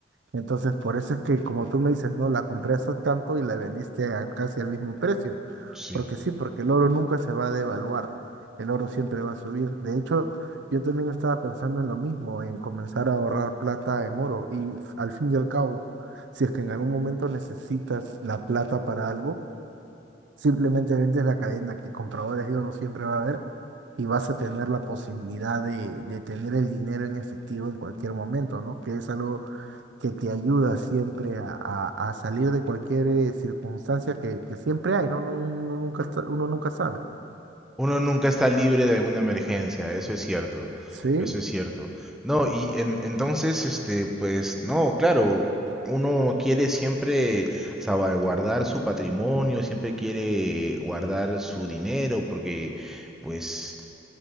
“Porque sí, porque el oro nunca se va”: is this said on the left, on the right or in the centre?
Right